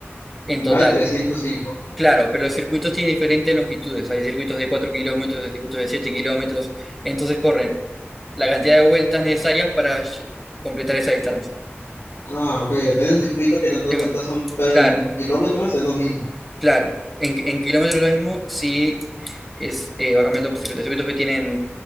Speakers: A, in the centre; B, on the left.
A: en
B: Más
A: total.
B: de trescientos cinco.
A: Claro, pero los circuitos tienen diferentes longitudes. Hay circuitos de 4 kilómetros, hay circuitos de 7 kilómetros. Entonces corren la cantidad de vueltas necesarias para lle- completar esa distancia.
B: Ah, ok, depende del circuito que tantas
A: Digo,
B: vueltas son, pero
A: Claro,
B: en kilómetros es lo mismo.
A: claro. En, en kilómetros lo mismo, sí es, eh, va cambiando por circuitos. Hay circuitos que tienen